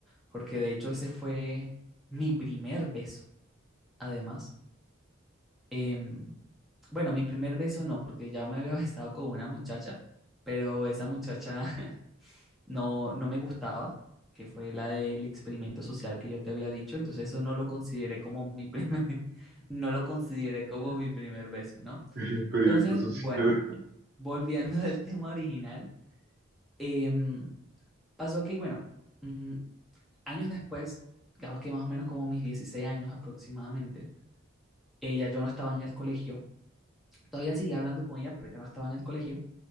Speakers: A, in the centre; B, on the right.
A: Porque de hecho ese fue mi primer beso, además. Em, bueno, mi primer beso no, porque ya me había <laughs> besado con una muchacha, pero esa muchacha <laughs> no, no me gustaba, que fue la del experimento social que yo te había dicho, entonces eso no lo consideré como mi primer, <laughs> no lo consideré como
B: <laughs>
A: mi primer beso, ¿no?
B: El experimento
A: Entonces,
B: social.
A: bueno volviendo <laughs> al tema original, em, pasó que, bueno, mm, años después, digamos que más o menos como mis 16 años aproximadamente, ella, yo no estaba en el colegio, todavía seguía hablando con ella, pero ya no estaba en el colegio,